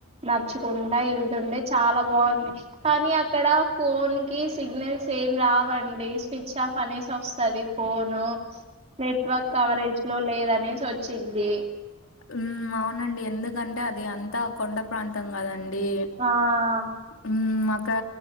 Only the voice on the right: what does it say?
నచ్చుకుంటా ఎళ్తుండే చాలా బావుంది కానీ అక్కడ ఫోన్ కి సిగ్నల్స్ ఏం రావండి స్విచ్ ఆఫ్ అనేసి వస్తాది ఫోను నెట్వర్క్ కవరేజ్ లో లేదు అనేసి వచ్చింది
ఆం